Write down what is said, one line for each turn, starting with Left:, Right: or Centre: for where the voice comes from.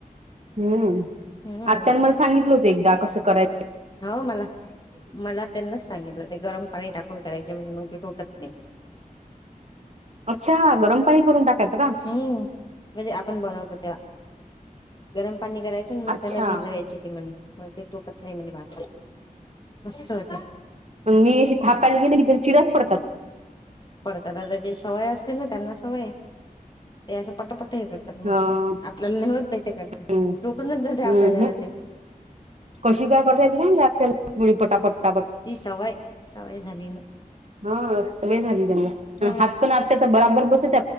Right: हम्म
Left: हम्म.
Right: आत्ताने मला सांगितलं होते कसं कराच
Left: हो मला मला त्यांनाच सांगितलं ते गरम पाणी टाकून करायचे म्हणजे मगि ोटत नाही
Right: अच्छा गरम पाणी करून टाकायचं का
Left: हम्म म्हणजे आपण बनवतो तेव्हा गरम पाणी करायचं मग
Right: अच्छा
Left: त्यांना भिजवायची की म मग ते तोकत नाही म मा मस्त होता
Right: मग मी थापायला गेले की तरी चिरात पडतात
Left: तर त्याची सवय असते ना त्यांना सवय ते असं पटपट हे करतात
Right: ह
Left: मस्त आपल्याला नेहत भे ते करत
Right: हम्म
Left: लुटूनच जाते आपल्या
Right: हम्
Left: ज ते
Right: कशी काय करतायेत का बी पटापट पटापट
Left: ती सवय सवय झाली ना.
Right: हा स वय झाली त्यांना
Left: हा
Right: हात पण आत्याचा बराबर बस